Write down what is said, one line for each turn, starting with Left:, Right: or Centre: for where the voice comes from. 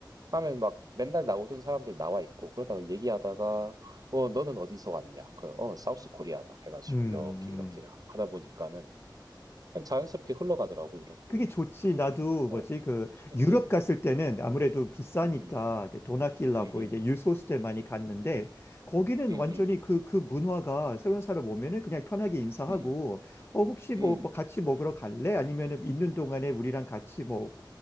Right: 하면 막 맨날 나오던 사람들 나와 있고 그러다가 얘기하다가 어 너는 어디서 왔냐? 그 어 사우스 코리아다 해가지고
Left: 음.
Right: 이렇게 이렇게
Left: 음.
Right: 하- 하다 보니까는 그냥 자연스럽게 흘러가더라고 이런 게.
Left: 그게 좋지. 나도
Right: 어,
Left: 뭐지 그
Right: 그치?
Left: 유럽
Right: 음,
Left: 갔을 때는 아무래도 비싸니까
Right: 음,
Left: 그돈 아끼려고
Right: 음, 음,
Left: 이제 유스호스텔 많이 갔는데 거기는
Right: 음,
Left: 완전히 그 그 문화가 새로운 사람 오면은 그냥 편하게 인사하고
Right: 음,
Left: 어 혹시 뭐,
Right: 음, 음,
Left: 뭐 같이 먹으러 갈래? 아니면은 있는 동안에 우리랑 같이 뭐